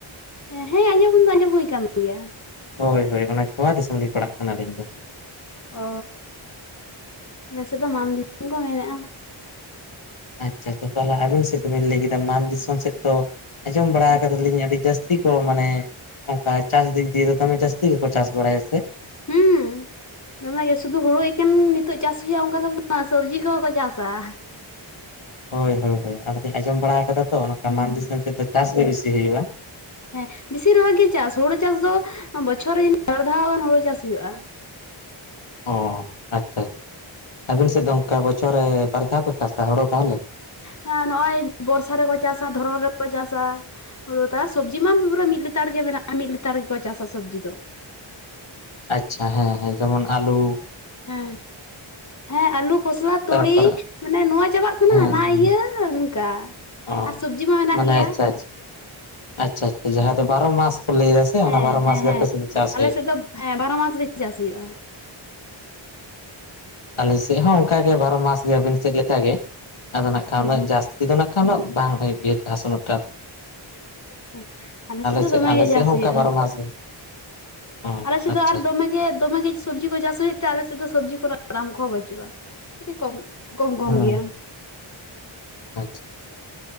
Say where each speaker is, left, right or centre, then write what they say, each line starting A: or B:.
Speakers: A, on the left (about 35°); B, on the left (about 75°).
A: ᱦᱮᱸ ᱟᱸᱡᱚᱢ ᱫᱚ ᱟᱸᱡᱚᱢ ᱦᱩᱭ ᱠᱟᱱ ᱜᱮᱭᱟ ᱾
B: ᱦᱳᱭ ᱦᱳᱭ ᱚᱱᱟ ᱪᱷᱚᱣᱟ ᱫᱤᱥᱚᱢ ᱞᱤᱧ ᱯᱟᱲᱟᱜ ᱠᱟᱱᱟ ᱟᱹᱞᱤᱧ ᱫᱚ ᱾
A: ᱚ ᱟᱞᱮ ᱥᱮᱫ ᱫᱚ ᱢᱟᱱ ᱫᱤᱥᱚᱢ ᱠᱚ ᱢᱮᱱᱮᱜᱼᱟ ᱾
B: ᱟᱪᱪᱷᱟ ᱟᱪᱪᱷᱟ ᱛᱟᱦᱚᱞᱮ ᱟᱹᱵᱤᱱ ᱥᱮᱫ ᱫᱚᱵᱤᱱ ᱞᱟᱹᱭ ᱠᱮᱫᱟ ᱢᱟᱱ ᱫᱤᱥᱚᱢ ᱥᱮᱫ ᱛᱚᱼᱼ ᱟᱸᱡᱚᱢ ᱵᱟᱲᱟ ᱠᱟᱫᱟ ᱞᱤᱧ ᱟᱹᱰᱤ ᱡᱟᱹᱥᱛᱤ ᱠᱚ ᱢᱟᱱᱮᱼᱼ ᱚᱱᱠᱟ ᱪᱟᱥ ᱫᱤᱠ ᱫᱤᱭᱮ ᱫᱚᱢᱮ ᱡᱟᱹᱥᱛᱤ ᱜᱮᱠᱚ ᱪᱟᱥ ᱵᱟᱲᱟᱭᱟ ᱥᱮ ᱾
A: ᱦᱩᱸ ᱫᱚᱢᱮ ᱥᱩᱫᱩ ᱦᱩᱲᱩ ᱮᱠᱮᱱ ᱱᱤᱛᱚᱜ ᱪᱟᱥ ᱦᱩᱭᱩᱜᱼᱟ ᱚᱱᱠᱟ ᱵᱟᱝᱟ ᱥᱚᱵᱽᱡᱤ ᱠᱚᱦᱚᱸ ᱠᱚ ᱪᱟᱥᱟ ᱾
B: ᱦᱚᱭ ᱦᱚᱭ ᱦᱚᱭ ᱟᱫᱚ ᱞᱤᱧ ᱟᱸᱡᱚᱢ ᱵᱟᱲᱟ ᱟᱠᱟᱫᱟ ᱛᱚ, ᱚᱱᱠᱟ
A: ᱦᱩᱸ
B: ᱢᱟᱱ ᱫᱤᱥᱚᱢ ᱥᱮᱫ ᱫᱚ ᱪᱟᱥ ᱜᱮ ᱵᱤᱥᱤ ᱦᱩᱭᱩᱜᱼᱟ ᱾
A: ᱦᱮᱸ ᱵᱮᱥᱤᱨ ᱵᱷᱟᱜᱽ ᱜᱮ ᱪᱟᱥ, ᱦᱩᱲᱩ ᱪᱟᱥ ᱫᱚ ᱵᱚᱪᱷᱚᱨ ᱨᱮ ᱡᱟᱱᱤᱡ ᱵᱟᱨ ᱫᱷᱟᱣ ᱜᱟᱱ ᱦᱩᱲᱩ ᱪᱟᱥ ᱦᱩᱭᱩᱜᱼᱟ ᱾
B: ᱚ ᱟᱪᱪᱷᱟ ᱟᱪᱪᱷᱟ, ᱟᱵᱤᱱ ᱥᱮᱫ ᱫᱚ ᱚᱱᱠᱟ ᱵᱚᱪᱷᱚᱨ ᱨᱮ ᱵᱟᱨ ᱫᱷᱟᱣ ᱠᱚ ᱪᱟᱥᱟ ᱦᱩᱲᱩ ᱛᱟᱦᱚᱞᱮ ᱾
A: ᱦᱮᱸ ᱱᱚᱜᱼᱚᱭ ᱵᱚᱨᱥᱟ ᱨᱮᱠᱚ ᱪᱟᱥᱟ ᱫᱷᱚᱨᱚᱱ ᱨᱮᱠᱚ ᱪᱟᱥᱟ ᱾ ᱦᱩᱲᱩ ᱛᱟᱨ ᱥᱚᱵᱽᱡᱤ ᱢᱟ ᱢᱤᱫ ᱞᱮᱛᱟᱲ ᱜᱮ ᱢᱮᱱᱟᱜᱼᱟ ᱢᱤᱫ ᱞᱮᱛᱟᱲ ᱜᱮᱠᱚ ᱪᱟᱥᱟ ᱥᱚᱵᱽᱡᱤ ᱫᱚ ᱾
B: ᱟᱪᱪᱷᱟ ᱦᱮᱸ ᱦᱮᱸ ᱡᱮᱢᱚᱱ ᱟᱞᱩᱼᱼ
A: ᱦᱮᱸ ᱦᱮᱸ ᱟᱞᱩ ᱠᱷᱚᱥᱞᱟ ᱛᱩᱲᱤ
B: ᱛᱟᱨᱯᱚᱨᱮ
A: ᱢᱟᱱᱮ ᱱᱚᱣᱟ ᱪᱟᱵᱟᱜ ᱠᱟᱱᱟ
B: ᱦᱮᱸ
A: ᱦᱟᱱᱟ ᱤᱭᱟᱹᱼᱼ ᱚᱱᱠᱟ,
B: ᱚ
A: ᱟᱨ ᱥᱚᱵᱽᱡᱤ ᱢᱟ ᱢᱮᱱᱟᱜ
B: ᱢᱟᱱᱮ
A: ᱜᱮᱭᱟ
B: ᱟᱪᱪᱷᱟ
A: ᱾
B: ᱟᱪᱪᱷᱟ ᱟᱪᱪᱷᱟ ᱟᱪᱪᱷᱟ ᱡᱟᱦᱟᱸ ᱫᱚ ᱵᱟᱨᱚ ᱢᱟᱥ ᱠᱚ ᱞᱟᱹᱭᱮᱫᱟ ᱥᱮ
A: ᱦᱮᱸ
B: ᱚᱱᱟ ᱵᱟᱨᱚ
A: ᱦᱮᱸ
B: ᱢᱟᱥ ᱜᱮ
A: ᱦᱮᱸ
B: ᱟᱯᱮᱥᱮᱫ ᱫᱚ ᱪᱟᱥ
A: ᱟᱞᱮ
B: ᱦᱩᱭᱩᱜᱼᱟ
A: ᱥᱮᱫ
B: ᱾
A: ᱫᱚ ᱦᱮᱸ ᱵᱟᱨᱚ ᱢᱟᱥ ᱜᱮ ᱪᱟᱥ ᱦᱩᱭᱩᱜᱼᱟ ᱾
B: ᱟᱹᱞᱤᱧ ᱥᱮᱫ ᱦᱚᱸ ᱚᱱᱠᱟᱜᱮ ᱵᱟᱨᱚ ᱢᱟᱥ ᱜᱮ ᱟᱹᱵᱤᱱ ᱥᱮᱫ ᱞᱮ ᱞᱮᱠᱟ ᱜᱮ ᱟᱫᱚ ᱱᱟᱜ ᱠᱷᱟᱱ
A: ᱦᱮᱸ
B: ᱩᱱᱟᱹᱜ ᱡᱟᱥᱼᱼ ᱛᱤ ᱫᱚ ᱱᱟᱜ ᱠᱷᱟᱱ ᱫᱚ ᱵᱟᱝ ᱦᱩᱭᱩᱜ ᱜᱮᱭᱟ ᱪᱟᱥ ᱩᱱᱟᱹᱜ ᱴᱟᱜ ᱾
A: ᱦᱩᱸ ᱟᱞᱮᱥᱮᱫ ᱫᱚ
B: ᱥᱮᱫ
A: ᱫᱚᱢᱮ
B: ᱟᱞᱮ
A: ᱜᱮ
B: ᱥᱮᱫ
A: ᱪᱟᱥ
B: ᱦᱚᱸ
A: ᱦᱩᱭᱩᱜᱼᱟ
B: ᱚᱱᱠᱟ ᱵᱟᱨᱚ
A: ᱾
B: ᱢᱟᱥ ᱜᱮ ᱚ
A: ᱟᱞ ᱥᱮᱫ
B: ᱟᱪᱪᱷᱟ
A: ᱫᱚ ᱟᱨ
B: ᱟᱪᱪᱷᱟ
A: ᱫᱚᱢᱮ ᱜᱮ ᱫᱚᱢᱮ ᱜᱮᱼᱼ ᱥᱚᱵᱽᱡᱤ ᱠᱚ ᱪᱟᱥ ᱦᱩᱭᱩᱜ ᱛᱮ ᱟᱞᱮ ᱥᱮᱫ ᱫᱚ ᱥᱚᱵᱽᱡᱤ ᱠᱚᱨᱮ ᱱᱟᱜ ᱫᱟᱢ ᱠᱚᱦᱚᱸ ᱵᱟᱹᱪᱩᱜᱼᱟ ᱟᱹᱰᱤ ᱠᱚᱢ ᱠᱚᱢ ᱠᱚᱢ
B: ᱦᱮᱸ
A: ᱜᱮᱭᱟ ᱾
B: ᱟᱪᱪᱷᱟ ᱾